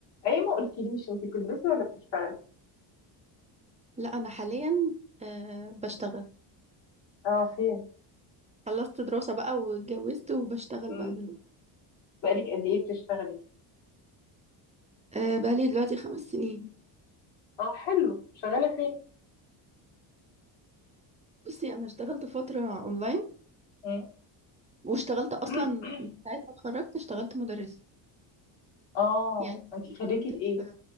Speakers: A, on the left (about 60°); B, on the right (about 15°).
A: اي ما قلتليش انت بتدرسي ولا بتشتغلي
B: لا انا حاليا أه بشتغل
A: اه فين
B: خلصت دراسة بقى واتجوزت وبشتغل
A: امم
B: بقى دلوقتي
A: بقالك قد ايه بتشتغلي
B: أه بقالي دلوقتي خمس سنين
A: اه حلو شغاله فين
B: بصي انا اشتغلت فترة اونلاين
A: مم.
B: واشتغلت اصلا
A: <clears throat>
B: من ساعة ما اتخرجت اشتغلت مدرسة
A: اه
B: يعني
A: انت خريجه
B: اشتغلت
A: ايه
B: في